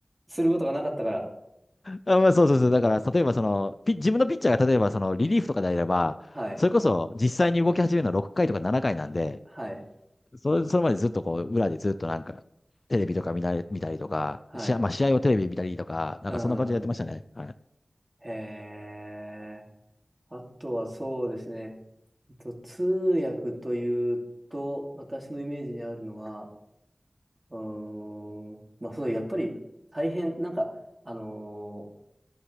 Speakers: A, on the right; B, on the left.
A: することがなかったから。
B: まあ、そうそうそう。だから、例えばその、ピ自分のピッチャーが例えばそのリリーフとかであれば、
A: はい、
B: それこそ実際に動き始めるのは6回とか7回なんで、
A: はい、
B: それ、それまでずっとこう、裏でずっとなんか、テレビとか見なれ、見たりとか、
A: はい。
B: 試合、まあ試合をテレビで見たりとか、なんかそんな感じでやってましたね。
A: うん。
B: はい。
A: へえ。あとはそうですね。えっと通訳というと、私のイメージにあるのは、うーん。まあそう、やっぱり大変、なんか、あのー